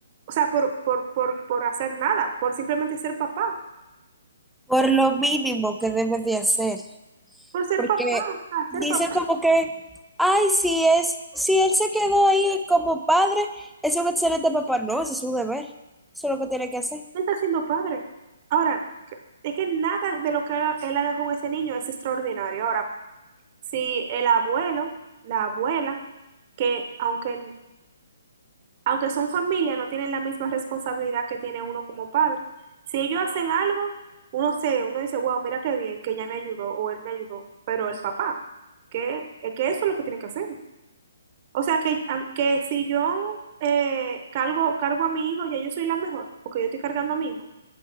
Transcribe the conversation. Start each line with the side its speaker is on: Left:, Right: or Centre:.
Right: o sea, por, por, por, por hacer nada, por simplemente ser papá,
Centre: Por lo mínimo que debes de hacer.
Right: por ser
Centre: porque
Right: papá, o sea,
Centre: dicen
Right: ser papá.
Centre: como que, ay, si es, si él se quedó ahí como padre, es un excelente papá. No, ese es su deber. Eso es lo que tiene que hacer,
Right: Él está siendo padre. Ahora, que- es que nada de lo que haga- él haga con ese niño es extraordinario. Ahora, si el abuelo, la abuela, que aunque, aunque son familia, no tienen la misma responsabilidad que tiene uno como padre. Si ellos hacen algo, uno se, uno dice, wow, mira qué bien, que ella me ayudó o él me ayudó. Pero el papá, que, es que eso es lo que tiene que hacer. O sea que, am- que si yo eh, cargo, cargo a mi hijo, ya yo soy la mejor, porque yo estoy cargando a mi hijo.